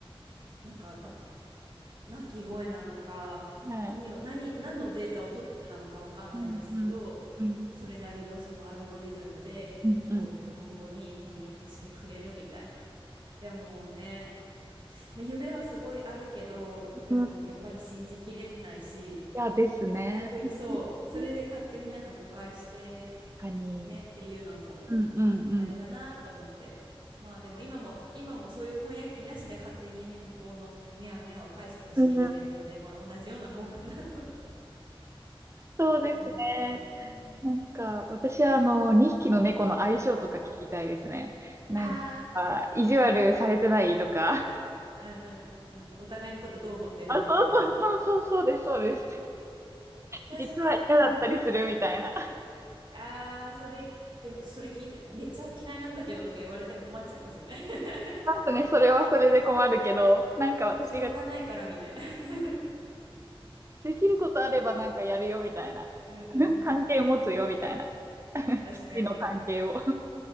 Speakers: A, on the right; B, on the right.
A: なんか多分鳴き声なのか何を何、
B: はい。
A: 何のデータを取ってなのかわかんないですけど
B: うんうんうん
A: それなりのそのアルゴリズムでこう日本語に翻訳してくれるみたいな。
B: うんうん。
A: でもね、まあ、夢はすごいあるけどでもやっぱり信じきれないし
B: うん、いやですね。
A: 逆にそうそれで勝手になんか誤解して
B: 確かに。
A: ねっていうのも
B: うんうんうん。
A: あれだなと思って。まあでも今も、今もそういう翻訳機なしで勝手にね、向こうのミャーミャーを解釈して生きてるので、
B: うん、
A: まあ同じようなもんかなと <laughs>
B: そうですね。
A: 思って。ね。
B: なんか、私はあの、2匹の猫の相性とか聞きたいですね。なんか、
A: あ
B: 意地悪されてないとか。<laughs>
A: あ、うんうんうんうん。お互いのことどう思ってるのみたいな。
B: あ、そうそうそうそう、そうです、そうです。
A: 確かに。
B: 実は嫌だったりするみたいな。
A: ああ、それ、でもそれ聞いて、めっちゃ嫌いなんだけどとか言われても困っちゃいますよね。<laughs>
B: まずね、それはそれで困るけど、なんか私が
A: そうしょうがないからみたいな。<laughs>
B: できることあればなんかやるよみたいな。
A: うんうんうんうん。
B: 関係持つよみたいな。
A: 確かに。
B: 不利の関係を。